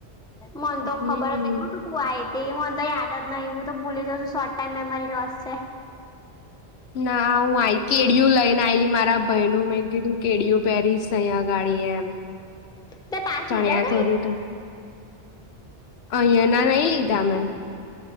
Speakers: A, in the centre; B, on the left (about 75°).
A: મને તો
B: હમ
A: ખબર જ નઈ હું હતી મને તો યાદ જ નહી, હું તો ભૂલી જાઉ છું શોર્ટ ટાઈમ મેમરી લોસ છે.
B: ના હું આઈતી કેડીયું લઈને આઈલી મારા ભાઈનું મેં કીધું કેડીયું પહેરીશ અહીંયા ગાડી એમ
A: તે પાસ
B: ચણ્યા
A: લીધા તા
B: ચોરી તું અહીંયા ના નઈ લીધા મેં